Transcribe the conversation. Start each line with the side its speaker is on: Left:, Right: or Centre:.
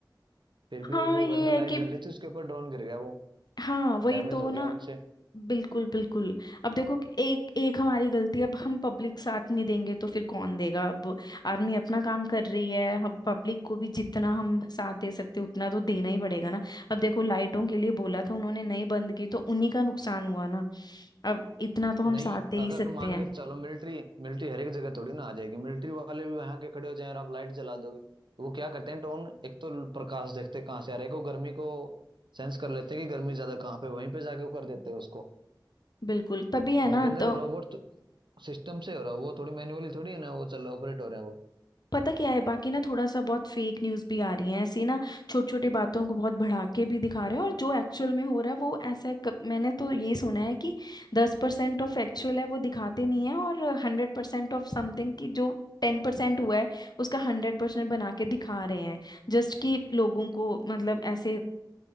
Right: फिर भी
Left: हाँ
Right: एक वो
Left: ये
Right: घर में लाइट
Left: है कि
Right: जल रही थी उसके ऊपर ड्रोन गिर गया वो
Left: हाँ वही
Right: डैमेज
Left: तो
Right: हो गया
Left: ना
Right: उनसे
Left: बिल्कुल बिल्कुल अब देखो कि एक एक हमारी गलती है, अब हम पब्लिक साथ नहीं देंगे तो फिर कौन देगा अब आर्मी अपना काम कर रही है हम पब्लिक को भी जितना हम साथ दे सकते हैं, उतना तो देना ही पड़ेगा ना अब देखो लाइटों के लिए बोला था उन्होंने नहीं बंद की तो उन्हीं का नुकसान हुआ ना अब इतना तो हम
Right: नहीं
Left: साथ दे
Right: अगर
Left: ही सकते
Right: मान
Left: हैं
Right: के चलो मिलिट्री मिलिट्री हर एक जगह थोड़ी ना आ जाएगी मिलिट्री वाले भी वहां के खड़े हो जाएं और आप लाइट जला दोगे तो वो क्या करते हैं ड्रोन एक तो प्रकाश देखते हैं कहाँ से आ रहा है को गर्मी को सेंस कर लेते हैं कि गर्मी ज्यादा कहाँ पे वहीं पे जाके वो कर देते हैं उसको
Left: बिल्कुल तभी है ना
Right: उनके अंदर
Left: तो
Right: रोबोट सिस्टम से हो रहा है वो थोड़ी मैन्युअली थोड़ी है ना वो चल ऑपरेट हो रहे हैं वो
Left: पता क्या है बाकी ना थोड़ा सा बहुत फेक न्यूज़ भी आ रही है ऐसी ना छोटी छोटी बातों को बहुत बढ़ा के भी दिखा रहे हैं और जो एक्चुअल में हो रहा है वो ऐसा क- मैंने तो ये सुना है कि दस परसेंट ऑफ एक्चुअल है वो दिखाते नहीं है और हंड्रेड परसेंट ऑफ समथिंग की जो टेन परसेंट हुआ है उसका हंड्रेड परसेंट बना के दिखा रहे हैं जस्ट कि लोगों को मतलब ऐसे